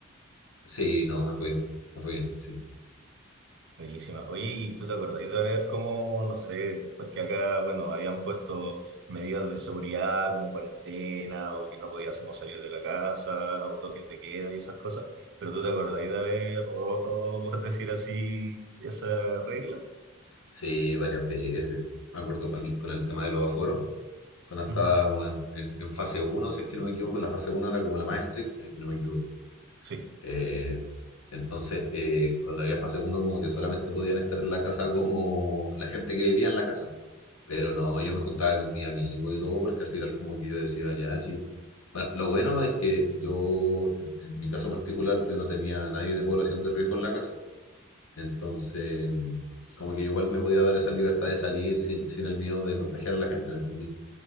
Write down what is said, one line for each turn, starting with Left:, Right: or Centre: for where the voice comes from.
Left: sí, no, me fue bien, me fue bien, sí.
Right: Buenísima. Oye, ¿y tú te acordáis de ver cómo, no sé, porque acá, bueno, habían puesto medidas de seguridad como cuarentena o que no podíamos salir de la casa o toques de queda y esas cosas, pero tú te acordáis de haber roto, por decir así, esa regla?
Left: Sí, varias veces. Me acuerdo con el, con el tema de los aforos, cuando estábamos
Right: Ujú,
Left: en, en- en fase uno si es que no me equivoco, la fase uno era como la más estricta, si es que no me equivoco.
Right: Sí.
Left: Eh, entonces, eh, cuando había fase uno como que solamente podían estar en la casa como la gente que vivía en la casa. Pero no, yo me juntaba con mi amigo y todo, porque al final como que yo decía, ya, sí. Bueno, lo bueno es que yo, en, en mi caso particular, yo no tenía a nadie de población de riesgo en la casa. Entonces, como que igual me podía dar esa libertad de salir sin, sin el miedo de contagiar a la gente, ¿me entendí?